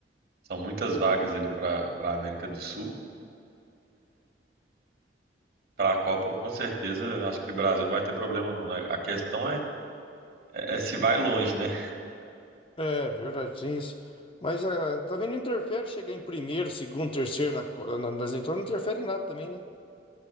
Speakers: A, on the right (about 55°); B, on the left (about 30°).
A: são muitas vagas ali para para a América do Sul. para a Copa, com certeza, acho que o Brasil não vai ter problema, não, né? A questão é, é é se vai longe, né?
B: É, verdade, tem isso. Mas ah, tá vendo, não interfere chegar em primeiro, segundo, terceiro na, co- na, nas entradas, não interfere em nada também, né?